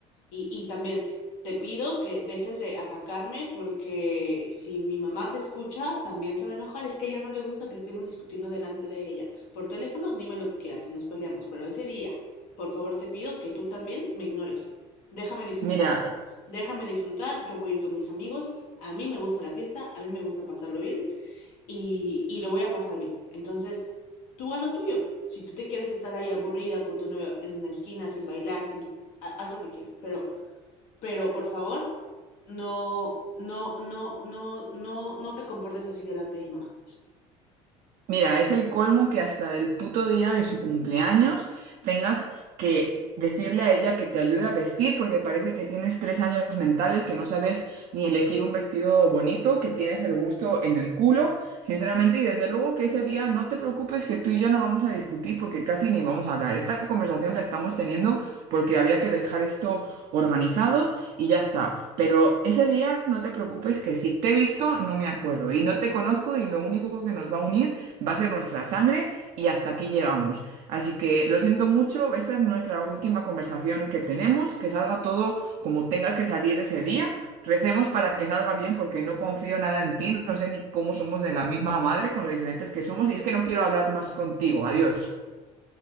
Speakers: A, on the left (about 80°); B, on the right (about 55°).
A: Y, y también te pido que dejes de atacarme porque si mi mamá te escucha, también se va a enojar, es que a ella no le gusta que estemos discutiendo delante de ella. Por teléfono, dime lo que quieras y nos peleamos, pero ese día por favor, te pido que tú también me ignores. Déjame disfrutar,
B: mira.
A: déjame disfrutar, yo voy a ir con mis amigos, a mí me gusta la fiesta, a mí me gusta pasarlo bien y, y lo voy a pasar bien. Entonces, tú a lo tuyo. Si tú te quieres estar ahí aburrida con tu novio en una esquina, sin bailar, sin, haz lo que quieras, pero, pero por favor, no, no, no, no, no, no te comportes así delante de mi mamá.
B: Mira, es el colmo que hasta el puto día de su cumpleaños tengas que decirle a ella que te ayude a vestir porque parece que tienes tres años mentales, que no sabes ni elegir un vestido bonito, que tienes el gusto en el culo, sinceramente, y desde luego que ese día no te preocupes que tú y yo no vamos a discutir porque casi ni vamos a hablar. Esta conversación la estamos teniendo porque había que dejar esto organizado y ya está. Pero ese día no te preocupes que si te he visto no me acuerdo y no te conozco y lo único que nos va a unir va a ser nuestra sangre y hasta aquí llegamos. Así que lo siento mucho, esta es nuestra última conversación que tenemos, que salga todo como tenga que salir ese día. Recemos para que salga bien porque no confío nada en ti, no sé ni cómo somos de la misma madre con lo diferentes que somos y es que no quiero hablar más contigo. Adiós.